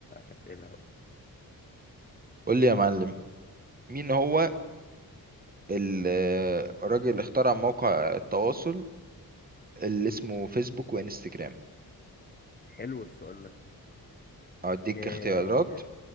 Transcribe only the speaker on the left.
أسئلة بقى
حلو السؤال ده
آه